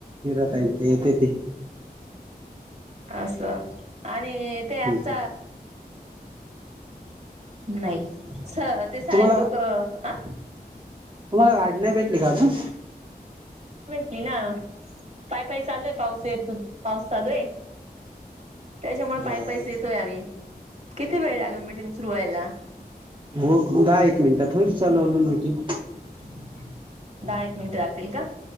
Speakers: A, on the right; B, on the right.
A: हात येते ते <inaudible>
B: असं आणि ते आच
A: तुम्हाला
B: नाही ते साहेब
A: तुम्हाला
B: लोक अ
A: तुम्हाला गाडी नाही भेटली का अजून
B: क ना पाय पाय चालू आहे पाऊस य त पाऊस चालू आहे त्याच्यामुळे
A: बर
B: पाय पैसे येतोय आम्ही किती वेळ लागल मिीटिंग सुरू व्हायला
A: हो दहा एक मिनिटात होईल चालू अजून मीटिंग
B: दहा एक मिनिट लागतील का